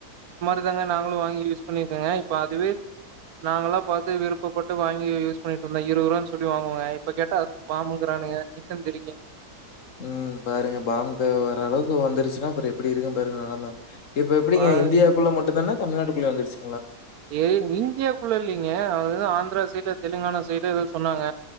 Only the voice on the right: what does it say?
ங்க நாங்களும் வாங்கி யூஸ் பண்ணிருக்கோங்க இப்ப அதுவே நாங்களா பாத்து விருப்பபட்டு வாங்கி யூஸ் பண்ணிட்டுந்தோ இருவது ரூவானு சொல்லி வாங்குவோங்க இப்ப கேட்டா பணமு அ எச்சம் தெரிங்க
ஆ
ஏ இந்தியாக்குள்ள இல்லிங்க அத ஆந்ரா சைடு தெலுங்கானா சைடு எதோ சொன்னாங்க